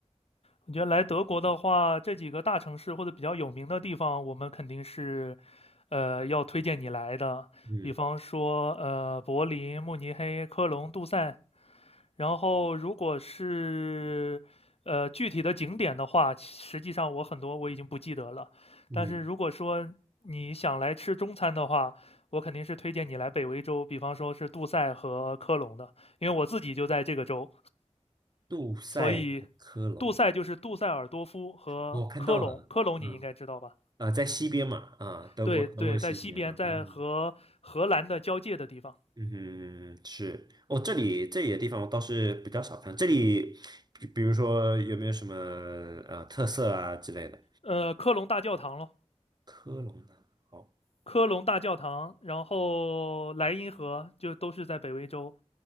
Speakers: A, on the left; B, on the right.
A: 我觉得来德国的话，这几个大城市或者比较有名的地方，我们肯定是，呃，要推荐你来的。
B: 嗯
A: 比方说，呃，柏林、慕尼黑、科隆、杜塞。然后，如果是呃具体的景点的话，实际上我很多我已经不记得了。
B: 嗯，
A: 但是如果说你想来吃中餐的话，我肯定是推荐你来北威州，比方说是杜塞和科隆的，因为我自己就在这个州。
B: 杜塞和科隆，
A: 所以杜塞就是杜塞尔多夫和科隆，
B: 我看到了，
A: 科隆你应该知道吧？
B: 嗯，呃，在西边嘛，啊、德国德国西边，
A: 对对，在西边，
B: 啊嗯
A: 在和荷兰的交界的地方，
B: 嗯是，哦，这里这里的地方我倒是比较少看，这里比比如说有没有什么呃特色啊之类的？
A: 呃，科隆大教堂咯，
B: 科隆的，好。
A: 科隆大教堂，然后莱茵河就都是在北威州。